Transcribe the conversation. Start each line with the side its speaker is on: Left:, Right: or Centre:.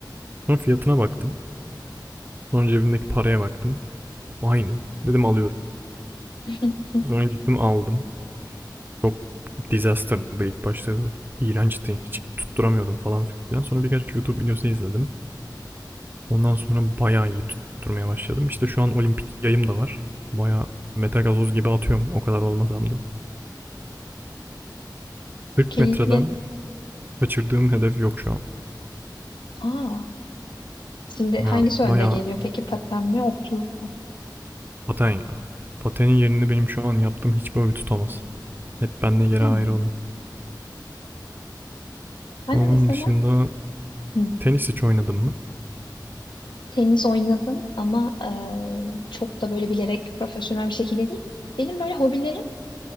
Right: Sonra fiyatına baktım. Sonra cebimdeki paraya baktım. Aynı. Dedim alıyorum.
Left: <laughs>
Right: Sonra gittim aldım. Çok disaster'dı ilk başları. İğrençti. Hiç tutturamıyordum falan filan. Sonra birkaç YouTube videosu izledim. Ondan sonra bayağı iyi tutturmaya başladım. İşte şu an olimpik yayım da var. Bayağı metagazoz gibi atıyorum o kadar olmasam da. 40
Left: Keyifli.
Right: metreden kaçırdığım hedef yok şu an.
Left: Aa, şimdi
Right: Ya
Left: hangisi önde
Right: bayağı
Left: geliyor peki? Paten mi, okçuluk mu?
Right: paten ya. Patenin yerini benim şu an yaptığım hiçbir hobi tutamaz. Hep bende yeri
Left: Hmm.
Right: ayrı onun.
Left: Ben
Right: Onun
Left: de mesela
Right: dışında
Left: hı,
Right: tenis hiç oynadım mı?
Left: tenis oynadım ama e, çok da böyle bilerek profesyonel bir şekilde değil. Benim böyle hobilerim